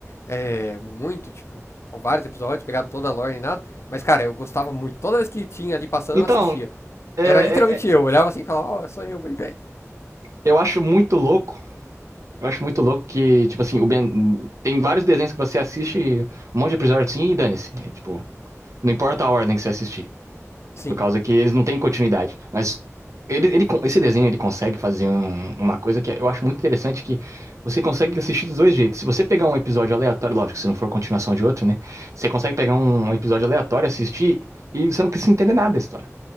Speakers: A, on the left (about 55°); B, on the right (about 70°).
A: é, muito, tipo, vários episódios, pegado toda a lore e nada. Mas, cara, eu gostava muito. Toda vez que tinha ali passando,
B: Então,
A: eu assistia.
B: é,
A: Era literalmente
B: é, é,
A: eu. Olhava assim e falava, ó, é só eu, bem, bem.
B: eu acho muito louco, eu acho muito louco que, tipo assim, o Ben- tem vários desenhos que você assiste, um monte de episódio assim, e dane-se. É, tipo, não importa a ordem que você assistir.
A: Sim,
B: Por causa que eles não têm continuidade. Mas ele, ele, con- esse desenho ele consegue fazer um- uma coisa que eu acho muito interessante, que você consegue assistir dos dois jeitos. Se você pegar um episódio aleatório, lógico, se não for continuação de outro, né? Você consegue pegar um um episódio aleatório, assistir, e você não precisa entender nada da história.